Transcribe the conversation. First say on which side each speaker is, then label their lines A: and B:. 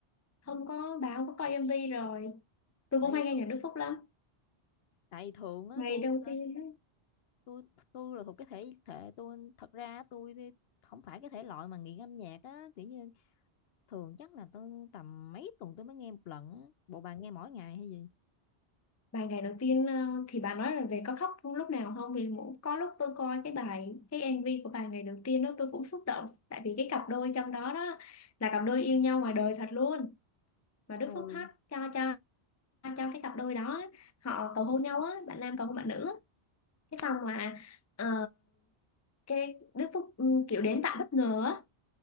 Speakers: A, on the left (about 25°); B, on the left (about 70°).
A: không có bà không có coi MV rồi tôi cũng
B: Tại
A: hay
B: vì
A: nghe
B: thường,
A: nhạc Đức Phúc lắm
B: tại vì thường á
A: ngày
B: tôi
A: đầu
B: ờ,
A: tiên ấy,
B: tôi tôi là thuộc cái thể thể tôi thật ra tôi thì không phải cái thể loại mà nghiện âm nhạc á, kiểu như thường chắc là tôi tầm mấy tuần tôi mới nghe một lần á. Bộ bà nghe mỗi ngày hay gì?
A: bài ngày đầu tiên ờ, thì bà nói là về có khóc không lúc nào không thì mỗi có lúc tôi coi cái bài cái MV của bài ngày đầu tiên đó tôi cũng xúc động tại vì cái cặp đôi trong đó đó là cặp đôi yêu nhau ngoài đời thật luôn mà Đức
B: Ừ.
A: Phúc hát cho cho cho cái cặp đôi đó họ cầu hôn nhau á bạn nam cầu hôn bạn nữ á. cái xong mà ờ, cái Đức Phúc ừ, kiểu đến tạo bất ngờ á